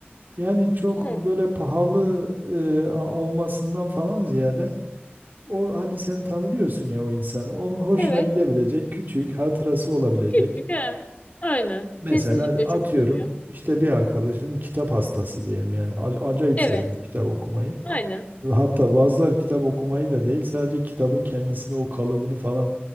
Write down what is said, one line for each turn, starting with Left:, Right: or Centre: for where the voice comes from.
Right: yani çok
Left: Hı.
Right: böyle pahalı eee, a- olmasından falan ziyade o hani sen tanıyorsun ya o insanı onun hoşuna
Left: Evet.
Right: gidebilecek küçük hatırası olabilecek
Left: Küçük he. Aynen.
Right: Mesela
Left: Kesinlikle
Right: atıyorum
Left: çok doğru. ya.
Right: işte bir arkadaşın kitap hastası diyelim yani ac- acayip
Left: Evet.
Right: seviyor kitap okumayı.
Left: Aynen.
Right: Ve Hatta bazıları kitap okumayı da değil sadece kitabın kendisini o kalıbını falan